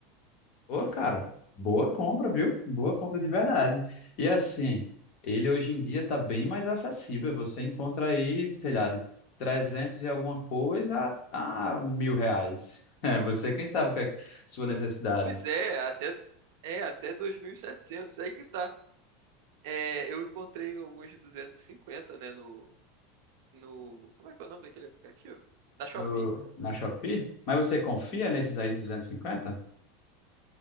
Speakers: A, on the left; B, on the right.
A: Ô, cara, boa compra, viu? Boa compra de verdade. E assim, ele hoje em dia tá bem mais acessível. Você encontra aí, sei lá, de 300 e alguma coisa a, a mil reais. <laughs> É, você quem sabe o que é sua necessidade
B: Pois é, até é até 2.700, aí que tá. É, eu encontrei alguns de 250, né, no no, como é que é o nome daquele aplicativo? Na Shopee.
A: no, na Shopee? Mas você confia nesses aí de duzentos e cinquenta